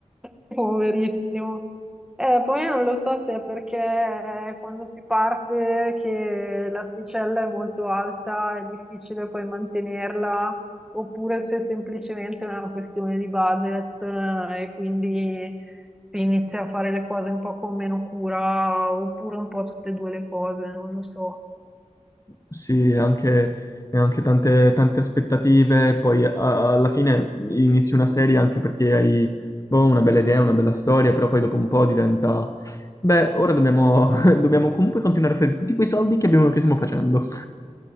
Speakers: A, in the centre; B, on the left.
A: <laughs> Poverissimo. Eh, poi non lo so se è perché quando si parte che l'asticella è molto alta, è difficile poi mantenerla, oppure se è semplicemente una questione di budget, eh, e quindi si inizia a fare le cose un po' con meno cura, oppure un po' tutte e due le cose, non lo so.
B: Sì, anche, e anche tante, tante aspettative, poi a- alla fine inizi una serie anche perché hai boh, una bella idea, una bella storia, però poi dopo un po' diventa, beh, ora dobbiamo, <laughs> dobbiamo comunque continuare a fare tutti quei soldi che abbiamo- che stiamo facendo.